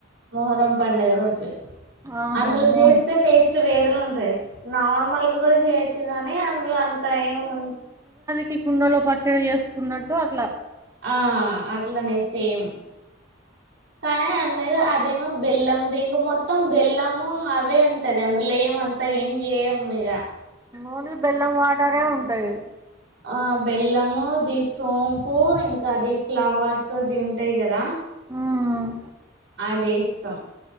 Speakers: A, on the right; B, on the right.
A: మోహరం పండగ రోజు
B: ఆహా
A: అందులో
B: మో
A: చేస్తే టేస్ట్ వేరెల ఉంటది నార్మల్ గా కూడ చేయొచ్చు చ్చుగానే అందులో అంత ఏం వుం
B: ఒట్టి కుండలో పచ్చడి చేసుకున్నట్టు అట్లా
A: ఆ అట్లనే సేమ్ కానీ <unintelligible> అదేమో బెల్లందిగ మొత్తం బెల్లము అవే ఉంటది అందులో ఏమంతా ఏం జేయము ఇగ
B: ఓన్లీ బెల్లం వాటారే ఉంటాయి
A: ఆ బెల్లము ది సోంపు ఇంకా అది ఫ్లవర్స్ ది ఉంటాయి కదా
B: మ్మ్
A: అది ఏస్తం